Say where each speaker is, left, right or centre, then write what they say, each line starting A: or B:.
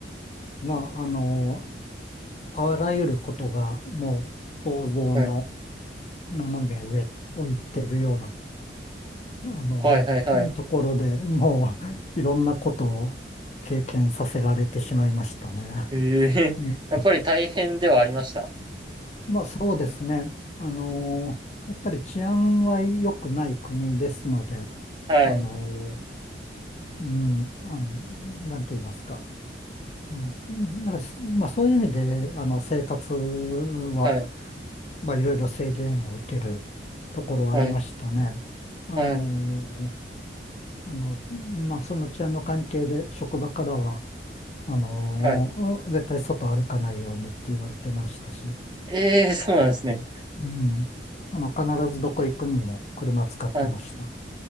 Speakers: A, on the left; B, on the right.
A: まあ、あの、あらゆることがもう想像の
B: はい、
A: 斜め上を行ってるような、あの、
B: はい、はい、はい。
A: ところでもう <laughs> いろんなことを経験させられてしまいましたね。
B: ええ
A: うん、
B: <laughs> やっぱり大変ではありました。
A: まあそうですね。あの、やっぱり治安は良くない国ですので、
B: はい、
A: あの、うん、あの、なんて言いますか。うん。うんやっぱり、まあそういう意味で、あの、生活は、
B: はい、
A: まあいろいろ制限を受けるところはありましたね。
B: はい、
A: あの、
B: はい、
A: あの、まあその治安の関係で職場からは、あの、
B: はい。
A: 絶対外歩かないようにって言われてましたし、
B: ええそうなんですね。
A: うん。あの、必ずどこ行くにも車使ってました。
B: はい